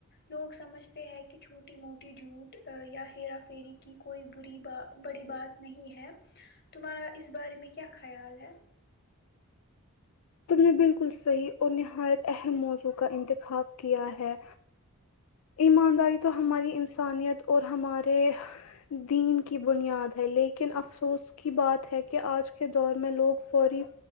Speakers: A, on the left; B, on the left.
A: لوگ سمجھتے ہیں کہ چھوٹی موٹی جھوٹ یا ہرا فھیری کی کوئی بھی بری ب بڑی بات نہیں ہے تمہارا اس بارے میں کیا خیال ہے
B: تم نے بالکل صحیح اور نہایت اہم موضوع کا انتخاب کیا ہے ایمانداری تو ہماری انسانیت اور ہمارے دین کی بنیاد ہے لیکن افسوس کی بات ہے کہ آج کے دور میں لوگ فوری